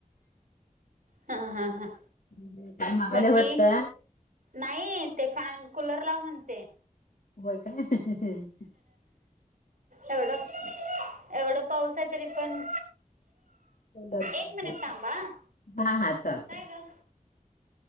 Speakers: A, on the right; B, on the left.
A: हा. हा. हा.
B: हम. हम. काय मागाल्या
A: बाकी
B: वाटतं.
A: नाही ते, फॅन कुलर लाव म्हणते.
B: होय काय.
A: एवढंच. एवढं पाऊस आहे तरी पण.
B: कूलर पाहिजे
A: एक मिनिट थांबा हं,
B: हा हा चालतय
A: काय गं